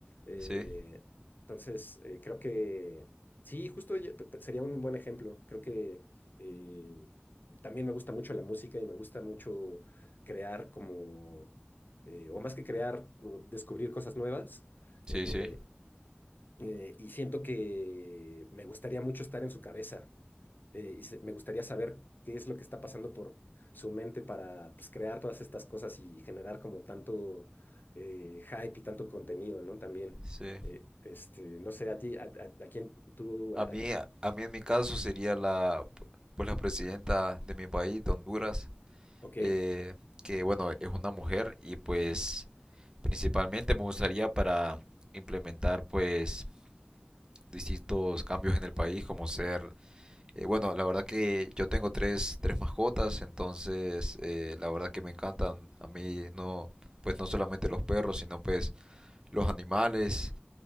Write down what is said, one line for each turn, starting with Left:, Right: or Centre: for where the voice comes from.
Left: Eh,
Right: sí,
Left: entonces, eh, creo que, sí, justo ella- pe- pe- sería un buen ejemplo. Creo que eh, también me gusta mucho la música y me gusta mucho crear como, eh, o más que crear, o descubrir cosas nuevas.
Right: Sí,
Left: Eh,
Right: sí.
Left: eh, y siento que me gustaría mucho estar en su cabeza eh, y se- me gustaría saber qué es lo que está pasando por su mente para pues, crear todas estas cosas y generar como tanto eh, hype y tanto contenido, ¿no? También,
Right: sí.
Left: eh, este, no sé, a ti, a, a- a quién tú,
Right: A
Left: a-
Right: mí,
Left: a-
Right: a mí en mi caso sería la, pues la presidenta de mi país, de Honduras,
Left: ok,
Right: eh, que bueno, es una mujer y pues principalmente me gustaría para implementar pues distintos cambios en el país, como ser, eh, bueno, la verdad que yo tengo tres, tres mascotas, entonces eh, la verdad que me encantan a mí no, pues no solamente los perros, sino pues los animales,